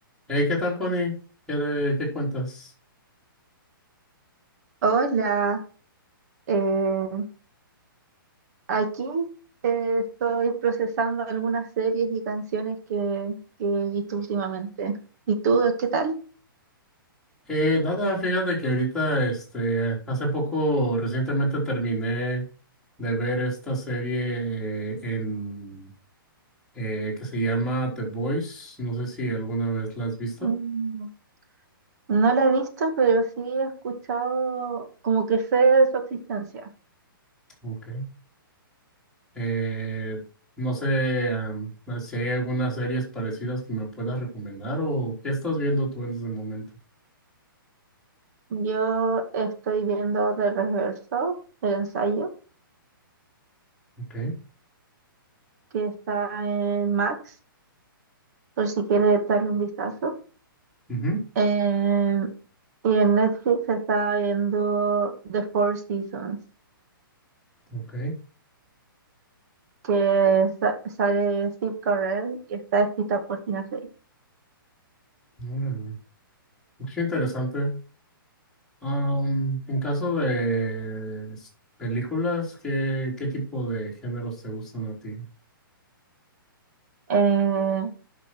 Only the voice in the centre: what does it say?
Hey, ¿qué tal, Connie? ¿Qué, de- qué cuentas?
Eh, nada, fíjate que ahorita, este, hace poco, recientemente terminé de ver esta serie eh, en eh, que se llama The Boys. No sé si alguna vez la has visto.
Okay. Eh, no sé am, si hay algunas series parecidas que me puedas recomendar o qué estás viendo tú en ese momento.
Okay,
Ujú.
okay.
Órale. Es interesante. Am, en caso de s- películas, ¿qué, qué tipo de géneros te gustan a ti?